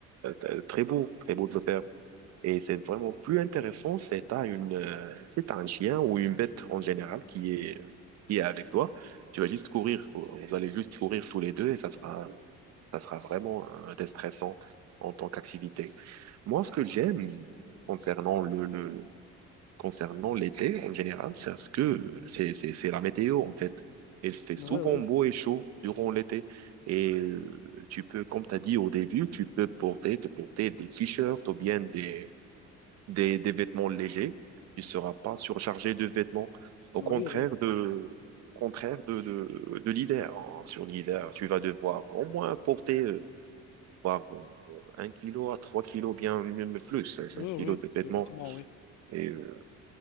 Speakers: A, on the right; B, on the left.
A: euh, très beau, très beau de le faire. Et c'est vraiment plus intéressant, c'est à une, euh, c'est à un chien ou une bête en général qui est, qui est avec toi. Tu vas juste courir, vous allez juste courir tous les deux et ça sera, ça sera vraiment euh, déstressant en tant qu'activité. Moi, ce que j'aime concernant le, le, Concernant l'été, en général, c'est à ce que c'est c'est- c'est la météo en fait. Il fait
B: Oui,
A: souvent
B: oui.
A: beau et chaud durant l'été. Et euh, tu peux, comme tu as dit au début, tu peux porter, te porter des t-shirts ou bien des, des, des vêtements légers. Tu ne seras pas surchargé de vêtements. Au
B: Oui,
A: contraire
B: oui.
A: de, au contraire de, de, de l'hiver. hein. Sur l'hiver, tu vas devoir au moins porter euh, voire, euh, un kilo à trois kilos, bien mieux, mais plus, hein, cinq
B: Oui, oui.
A: kilos de vêtements.
B: Les vêtements, oui.
A: Et euh,